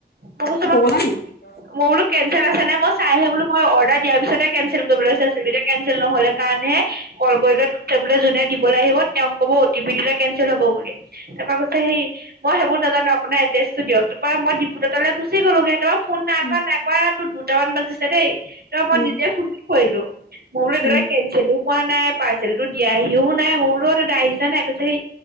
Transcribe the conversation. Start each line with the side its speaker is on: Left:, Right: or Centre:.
Right: মই কৈছো
Left: পলং <unintelligible>
Right: মই বোলো কেনঞ্চেল আছে নাই মই চাই আহো বোলো মই অৰ্ডাৰ দিয়াৰ পিছতে কেনঞ্চেল কৰিবলৈ চাইছিলো এতিয়া কেনঞ্চেল নহলে কাৰণেহে কল কৰি ল ক বোলে যোনে দিবলৈ আহিব তেওক ক'ব টিপ দ কেনঞ্চেল হব বুলি তাপা কৈছে সেই মই সেইবোৰ নাজানো আপোনাৰ এডে দিয়ক তাপা মই দিপুতাতালে গুচি গ'লোগে তাপা ফোন নাই
Left: উম
Right: কৰা - নাই কৰা তোৰ দুটামান বাজিছে দেই তাপা মই
Left: উম
Right: নিজে ফোন কৰিলো। মই বোলো এতিয়া
Left: উম
Right: লৈকে কেন পাৰ্চেল পোৱা নাই পাৰ্চেলতটো দিয়াহিও নাই মই বুলো অ, দাদা আহিছা নাই কৈছে সেই